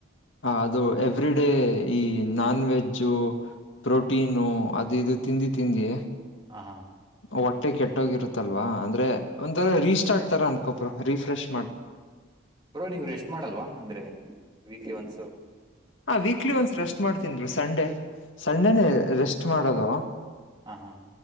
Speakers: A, on the left (about 70°); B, on the right (about 20°).
A: ಅದು ಎವ್ರಿ ಡೇ ಈ ನಾನ್ ವೆಜ್ಜು ಪ್ರೋಟೀನು ಅದು ಇದು ತಿಂದಿ ತಿಂದಿ
B: ಹಾ ಹಾ
A: ಹೊಟ್ಟೆ ಕೆಟ್ಟೋಗಿರುತ್ತಲ್ವಾ ಅಂದ್ರೆ ಒಂಥರ ರೀಸ್ಟಾರ್ಟ್ ತರ ಅನ್ಕೊ ಬ್ರೋ ರೀಫ್ರೆಶ್
B: ಬ್ರೋ ನೀವರು ರೆಷ್ಟ್ ಮಾಡಲ್ವಾ ಅಂದ್ರೆ ವಿಕ್ಲಿ ವನ್ಸ್
A: ಹಾ ವೀಕ್ಲಿ ಒಂದಸ್ ರೆಸ್ಟ್ ಮಾಡ್ತೀನ್ರು ಸಂಡೇ ಸಂಡೇನೆೇ ರೆಸ್ಟ್ ಮಾಡೋದು.
B: ಹಾ ಹಾ